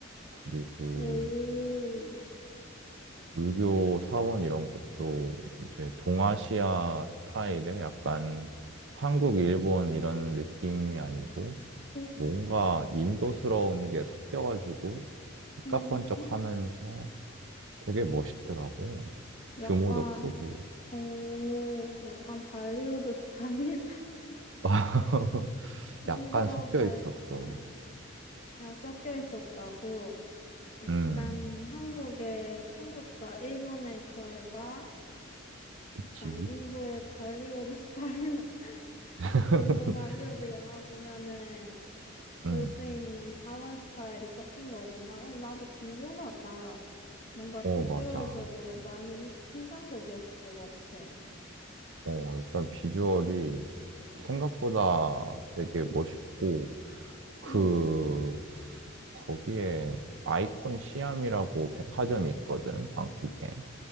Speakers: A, on the right (about 65°); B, on the left (about 35°).
A: 그리고
B: 오,
A: 불교 사원 이런 것도 이제 동아시아 스타일의 약간 한국, 일본 이런 느낌이 아니고
B: 좀,
A: 뭔가 인도스러운 게 섞여가지고 삐까뻔쩍
B: 음,
A: 하면서 되게 멋있더라고.
B: 약간,
A: 규모도 크고.
B: 오, 약간 발리우드 스타일? <laughs>
A: <laughs>
B: 인도
A: 약간 섞여
B: 발,
A: 있었어.
B: 응, 아, 섞여 있었다고. 약간
A: 음,
B: 한국의, 한국과 일본의 절과
A: 그치?
B: 약간 인도의 발리우드 스타일, <laughs>
A: <laughs>
B: 인도 발리우드 영화 보면은
A: 음,
B: 볼 수 있는 사원 스타일이 섞인 거구나. 오, 나도 궁금하다. 뭔가
A: 어,
B: 비주얼적으로
A: 맞아.
B: 많이 인- 인상적이었을 것 같아.
A: 어, 일단 비주얼이 생각보다 되게 멋있고, 그
B: 응.
A: 거기에 아이콘 시암이라고 백화점이 있거든, 방콕에.